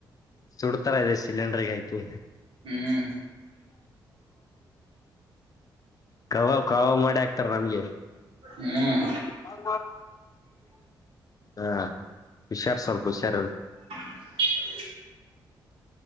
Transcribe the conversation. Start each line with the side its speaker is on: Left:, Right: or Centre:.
Left: ಸುಡ್ತಾರ ಇದೆ ಸಿಲಿಂಡರ್ಗೆ ಗಾಕಿ
Right: ಹ್ಮ್
Left: ಕವಾಬ್ ಕವಾಬ್ ಮಾಡಿ ಆಕ್ತಾರ ನಮ್ಗೆ
Right: ಹ್ಮ್
Left: ಹ <unintelligible> ಹಾ ಹುಷಾರ್ ಸ್ವಲ್ಪ ಹುಷಾರ
Right: <inaudible>